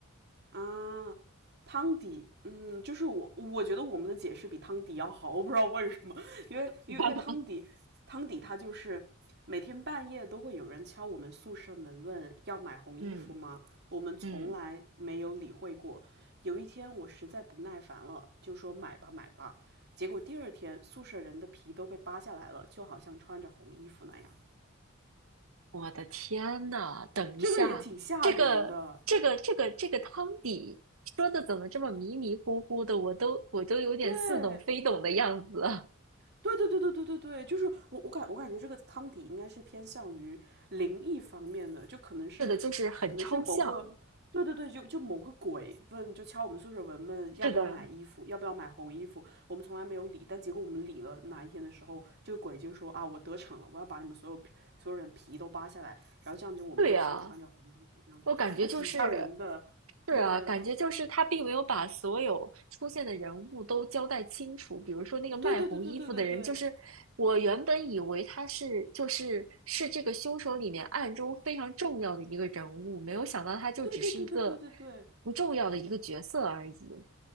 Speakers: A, on the right; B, on the right.
A: 啊，汤底，嗯，就是我，我觉得我们的解释比汤底要好，我不知道为什么，因为因为因为汤底，
B: <laughs>
A: 汤底它就是每天半夜都会有人敲我们宿舍门问要买红衣服吗？
B: 嗯
A: 我们从来没有理会过。
B: 嗯，
A: 有一天我实在不耐烦了，就说买吧买吧，结果第二天宿舍人的皮都被扒下来了，就好像穿着红衣服那样，
B: 我的天呐，等一下，
A: 这个也挺吓人的。
B: 这个这个这个这个汤底说的怎么这么迷迷糊糊的？我都我都有点似懂非懂的样子。
A: 对，
B: <laughs>
A: 对对对对对对对，就是我我感我感觉这个汤底应该是偏向于灵异方面的，就可能是可能是某个，
B: 是的，就是很抽象。
A: 对对对，就就某个鬼问就敲我们宿舍门问要不要买衣服，
B: 是的，
A: 要不要买红衣服，我们从来没有理，但结果我们理了哪一天的时候，这个鬼就说啊我得逞了，我要把你们所有皮所有人皮都扒下来，然后这样就我们就像穿着红衣服这样，
B: 对呀，我感觉就是
A: 还挺吓人的，对
B: 是啊，感觉就是他并没有把所有出现的人物都交代清楚。比如说那个卖红衣服的人，
A: 对对对对对对对
B: 就是我原本以为他是就是是这个凶手里面暗中非常重要的一个人物，没有想到他就只是一个
A: 对对对对对对对。
B: 不重要的一个角色而已。